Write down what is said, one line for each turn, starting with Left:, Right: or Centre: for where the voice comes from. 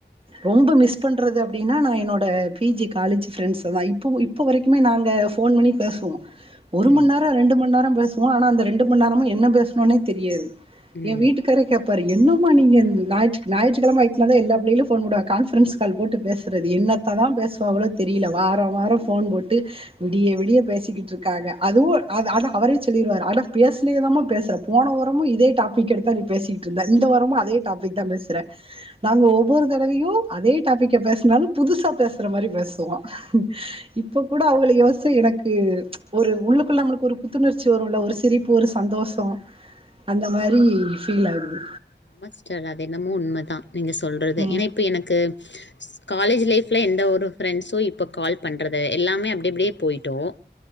Right: ரொம்ப மிஸ் பண்றது அப்படின்னா நான் என்னோட பிஜி காலேஜ் பிரண்ட்ஸ்ஸ தா இப்ப இப்ப வரைக்குமே நாங்க போ போன் பண்ணி பேசுவோ ஒரு
Left: ம்
Right: மணி நேரம் ரெண்டு மணி நேரம் பேசுவோம் ஆனா அந்த ரெண்டு மணி நேரமும் என்ன பேசணும்னே தெரியாது
Left: ம்
Right: என் வீட்டுக்கரை கேட்பாரு என்ன நீங்க ஞாயிற ஞாயிறக்கிழமை <unintelligible> எல்லா புள்ளைங்க போடுவா கான்பரன்ஸ் கால் போட்டு பேசுறது என்னத்த தான் ுவளோ தெரியல வாரம் வாரம் போன் போட்டு விடிய விடிய பேசிக்கிட்டு இருக்காங்க அதுவும் அந்த அவரே சொல்லிடுவார் அட பேசலதாம பேசுற போனவரமும் இதே டாபிக் எடுத்த பேசிக்கிட்டு இருந்த இந்த வாரமும் அதே டாபிக் தான் பேசுறே நாங்க ஒவ்வொரு தடவையும் அதே டாபிக் பேசினாலும் புதுசா பேசுற மாரி பேசுவோ இப்ப கூட அவலுங்க யோசி எனக்கு ஒரு உள்ளுக்குள்ள நம்மளுக்கு ஒரு புத்துணர்ச்சி வரும் ல ஒரு சிரிப்பு ஒரு சந்தோஷம் அந்த மாரி ஃபீல் ஆகுது
Left: ஆமா சிஸ்டர் அது என்னமோ உண்மதா நீங்க சொல்றது
Right: ம்
Left: ஏன்னா இப்ப எனக்கு காலேஜ் லைஃப்ல எந்த ஒரு ஃப்ரெண்ட்ஸ் இப்ப கால் பண்றது எல்லாமே அப்படி அப்படியே போயிட்டோம்